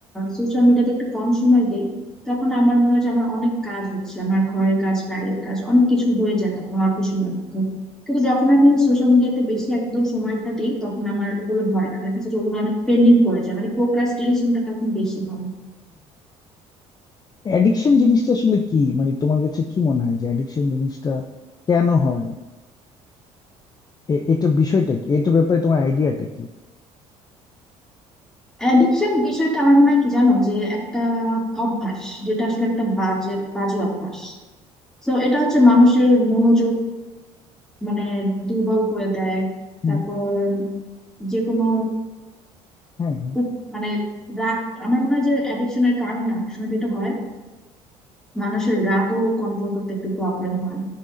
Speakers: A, in the centre; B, on the left (about 30°).
A: সোশ্যাল মিডিয়াতে একটু কম সময় দিই তখন আমার মনে হয় যে আমার অনেক কাজ হচ্ছে আমার ঘরের কাজ বাইরের কাজ অনেক কিছু হয়ে যায় তখন অল্প সময়ের মধ্যে কিন্তু যখন আমি সোশ্যাল মিডিয়াতে বেশি একদম সময়টা দিই তখন আমার এগুলো হয় না দেখা যাচ্ছে যে ওগুলো অনেক পেন্ডিং পড়ে যায় মানে প্রোক্রাস্টিনেশনটা তখন বেশি হয়
B: অ্যাডিকশন জিনিসটা আসলে কি মানে তোমার কাছে কি মনে হয় যে অ্যাডিকশন জিনিসটা কেন হয় এ- এটার বিষয়টা কি এটার ব্যাপারে তোমার আইডিয়াটা কি
A: অ্যাডিকশন বিষয়টা আমার মনে হয় কি জানো যে একটা অভ্যাস যেটা আসলে একটা বাজে বাজে অভ্যাস তো এটা হচ্ছে মানুষের মনোযোগ মানে দুর্বল করে দেয়
B: হুম
A: তারপর যে কোনো
B: হ্যাঁ
A: উপ- মানে রাগ আমার মনে হয় যে অ্যাডিকশনের কারণে অনেক সময় যেটা হয় মানুষের রাগও কন্ট্রোল করতে একটু প্রবলেম হয়